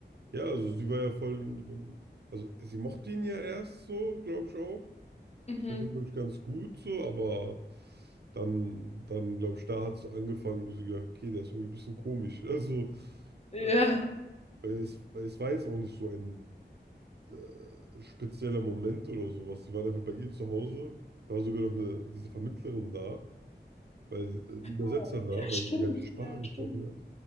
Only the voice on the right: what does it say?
Ja, also sie war ja voll, so also sie mochte ihn ja erst so, glaube ich auch.
Fand ihn, glaube ich, ganz gut so, aber dann, dann glaube ich, da hat es so angefangen, wo sie gedacht, okay, der ist irgendwie ein bisschen komisch. <laughs> Also,
äh, weil es, weil es war jetzt auch nicht so ein äh, spezieller Moment oder sowas. Sie waren einfach bei ihr zu Hause. Da war sogar noch eine, diese Vermittlerin da, weil äh, ein Übersetzer
da,
weil
sie ja gar nicht die Sprache
gesprochen
hat.